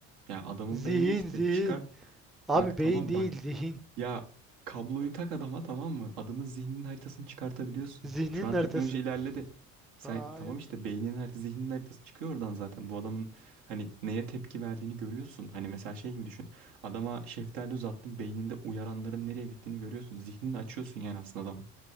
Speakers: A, on the right (about 70°); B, in the centre.
A: Ya adamın
B: Zihin
A: beyni işte
B: zihin.
A: çıkar
B: Abi
A: bak
B: beyin
A: tamam
B: değil
A: bak
B: zihin.
A: ya kabloyu tak adama tamam mı? Adamın zihninin haritasını çıkartabiliyorsun.
B: Zihnin
A: Şu an
B: haritası.
A: teknoloji ilerledi. Sen
B: Hayır.
A: tamam işte beyninin haritası, zihninin haritası çıkıyor oradan zaten. Bu adamın hani neye tepki verdiğini görüyorsun. Hani mesela şey gibi düşün. Adama şeftali uzattın beyninde uyaranların nereye gittiğini görüyorsun. Zihnini açıyorsun yani aslında adamın.